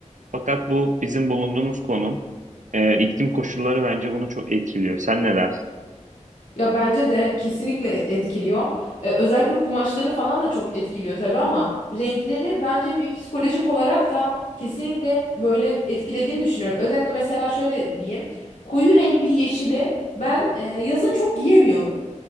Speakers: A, on the right; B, on the left.
A: Fakat bu bizim bulunduğumuz konum, e, iklim koşulları bence bunu çok etkiliyor. Sen ne dersin?
B: Ya bence de kesinlikle etkiliyor. Ee, özellikle kumaşları falan da çok etkiliyor tabii ama renkleri bence bir psikolojik olarak da kesinlikle böyle etkilediğini düşünüyorum. Özellikle mesela şöyle diyeyim. Koyu renk bir yeşili ben e, yazın çok giyemiyorum.